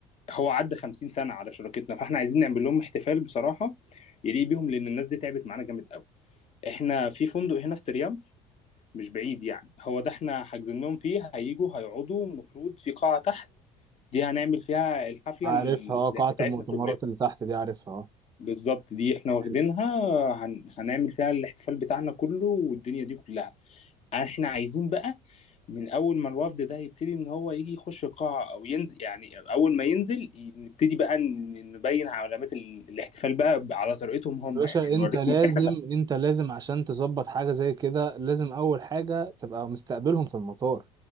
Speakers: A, on the left; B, on the right.
A: هو عدى خمسين سنة على شراكتنا فاحنا عايزين نعمل لهم احتفال بصراحة يليق بيهم لان الناس دي تعبت معانا جامد قوي احنا في فندق هنا في تريمف مش بعيد يعني هو ده احنا حاجزين لهم فيه هيجوا هيقعدوا المفروض في قاعة تحت دي هنعمل فيها الحفلة
B: عارفها
A: اللي
B: اه قاعة
A: بتاعتنا
B: المؤتمرات
A: كلنا
B: اللي تحت دي عارفها
A: بالظبط دي احنا واخدينها
B: اه
A: هن... هنعمل فيها الاحتفال بتاعنا كله والدنيا دي كلها احنا عايزين بقى من اول ما الوفد ده يبتدي ان هو يجي يخش القاعه او ينزل يعني اول ما ينزل ي- نبتدي بقى ن- نبين علامات ال- الاحتفال بقى ب- على طريقتهم هم
B: يا باشا
A: يعني نوريهم
B: انت لازم
A: إن إحنا-
B: انت لازم عشان تظبط حاجه زي كده لازم اول حاجه تبقى مستقبلهم في المطار